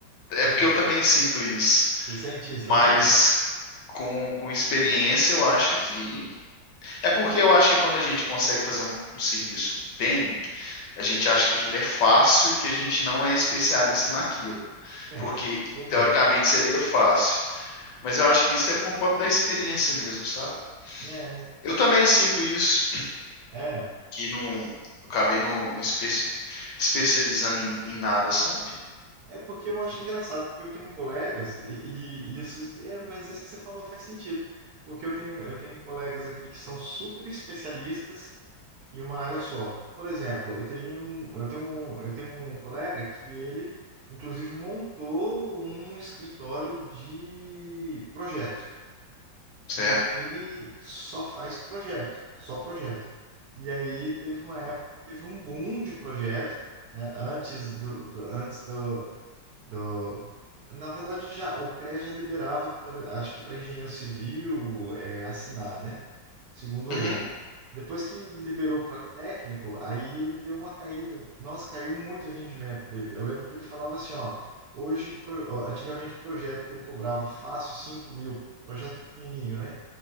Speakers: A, on the left; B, on the right.
A: É
B: é,
A: porque eu também sinto isso.
B: ser cientista
A: Mas
B: também?
A: com, com experiência, eu acho que É porque eu acho que quando a gente consegue fazer um, um serviço bem, a gente acha que aquilo é fácil e que a gente não é especialista naquilo.
B: É, é
A: Porque,
B: verdade.
A: teoricamente, seria fácil. Mas eu acho que isso é por conta da experiência mesmo, sabe?
B: É,
A: Eu também sinto isso,
B: é,
A: que não, eu acabei não não espe- especializando em, em nada, sabe?
B: é porque eu acho engraçado, porque eu tenho colegas, e, e isso, é, mas isso que você falou faz sentido. Porque eu tenho, eu tenho colegas aqui que são super especialistas em uma área só. Por exemplo, eu tenho, um- eu tenho, um- eu tenho um colega que ele, inclusive, montou um escritório de projeto.
A: Certo.
B: E ele só faz projeto, só projeto. E aí teve uma época que teve um boom de projeto, né, antes do, do- antes do, do- Na verdade, já o CREA já liberava, por- acho que para engenheiro civil, é, assinar, né? Segundo
A: Uhum.
B: ele depois que liberou para técnico, aí ele deu uma caída. Nossa, caiu muito o rendimento dele. Eu lembro que ele falava assim, ó, hoje, pro- ó, antigamente projeto que eu cobrava fácil cinco mil, projeto pequenininho, né?